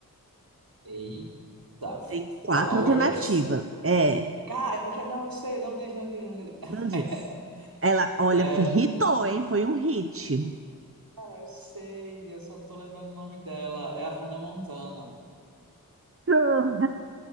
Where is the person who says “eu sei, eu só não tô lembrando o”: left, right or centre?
Right